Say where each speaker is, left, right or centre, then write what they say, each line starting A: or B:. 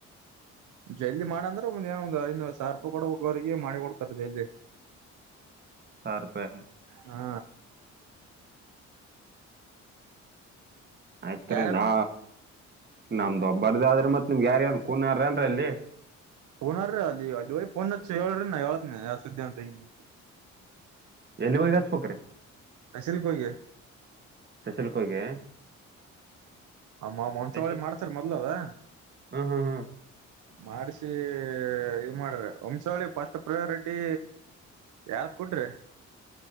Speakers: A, on the right (about 80°); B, on the right (about 35°).
A: ಜಲ್ದಿ ಮಾಡ ಅಂದ್ರ ಒಂದ ಸಾವಿರ ರೂಪಾಯ ಕೂಡಬೇಕ ಅವರಿಗ ಮಾಡಿ ಕೊಡ್ತಾರ ಜಲ್ದಿ
B: ಸಾವಿರೂಪಾಯ
A: ಹಾ
B: ಆಯ್ತ್ರಿ
A: ಯಾರ್ಯಾರ
B: ನಾ ನಮ್ದು ಒಬ್ಬರ್ದ ಆದ್ರಿ ಮತ್ ನಿಮ್ಗ್ ಯಾರಗನ್ ಕೂನ್ ಯಾರ ಏನ್ರೀ ಅಲ್ಲಿ
A: ಕೋನಾರಿ ಅಲ್ಲಿ ಹೋಗಿ ಫೋನ್ ಹಚ್ಚಿ ಹೇಳ್ರಿ ನಾ ಹೇಳ್ತಿನಿ ಆ ಸುದ್ದಿಂತ ಹಿಂಗ
B: ಎಲ್ಲಿಗ ಹೋಗಿ ಹಚ್ಚ ಬೇಕರಿ
A: ತಸಿಲಕ ಹೋಗಿ
B: ತಸಿಲಕ ಹೋಗಿ
A: ಆ ಮ್ಮ ಮಂಚಾವಳಿ
B: ತಸಲ್
A: ಮಾಡಸರಿ ಮೊದ್ಲದು
B: ಹ್ಮ್ ಹ್ಮ್ ಹ್ಮ್
A: ಮಾಡಸಿ ಇದ ಮಾಡ್ರಿ ವಂಶಾವಳಿ ಫಸ್ಟ್ ಪ್ರಯಾರಿಟಿ ಯಾರದ ಕೊಟ್ರಿ